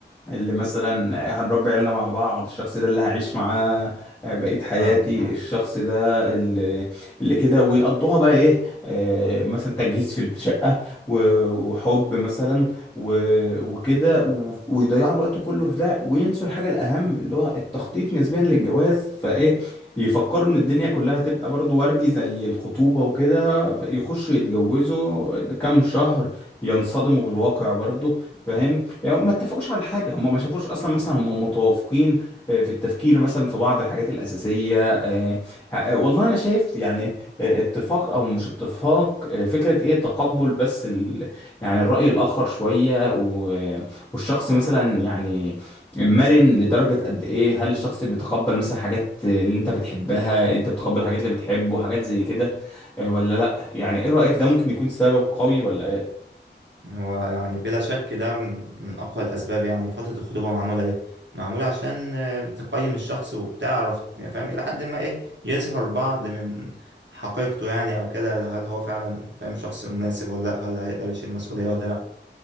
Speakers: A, on the left; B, on the right.
A: اللي مثلا هنربي عيالنا مع بعض الشخص ده اللي هعيش معاه آه، بقية حياتي
B: فاهمك اه
A: الشخص ده اللي, اللي كده ويقضوها بقى ايه آه، مثلا تجهيز في الشقة و- وحب مثلا و- وكده و- ويضيعوا الوقت كله في ده وينسوا الحاجة الأهم اللي هو التخطيط نسبيا للجواز فإيه يفكروا إن الدنيا كلها هتبقى برضو وردي زي الخطوبة وكده يخشوا يتجوزوا كام شهر ينصدموا بالواقع برضو فاهم يعني ما اتفقوش على حاجة هم ما شافوش أصلا مثلا هم متوافقين آه، في التفكير مثلا في بعض الحاجات الأساسية آه، ه- والله أنا شايف يعني آه، اتفاق أو مش اتفاق آه، فكرة إيه تقبل بس يعني الرأي الآخر شوية و... والشخص مثلا يعني مرن لدرجة قد إيه هل الشخص بيتقبل مثلا حاجات اللي أنت بتحبها أنت بتقبل الحاجات اللي بتحبه حاجات زي كده آه، ولا لأ يعني إيه رأيك ده ممكن يكون سبب قوي ولا إيه
B: هو يعني بلا شك ده م- من أقوى الأسباب يعني فترة الخطوبة معمولة ليه؟ معمولة عشان آه، تقيم الشخص وتعرف يعني فاهم إلى حد ما إيه يظهر بعض من حقيقته يعني أو كده هل هو فعلا فاهم شخص مناسب ولا لأ هل هيقدر يشيل مسؤولية ولا لأ